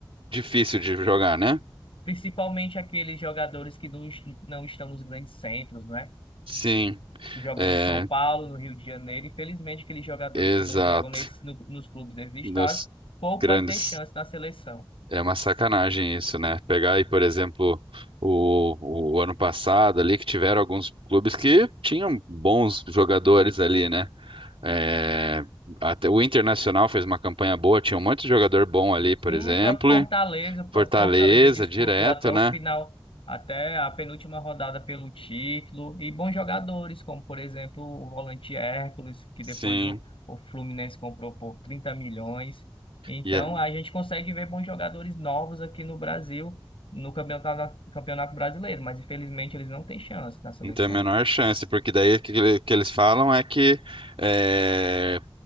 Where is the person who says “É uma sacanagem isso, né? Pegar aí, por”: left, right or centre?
Right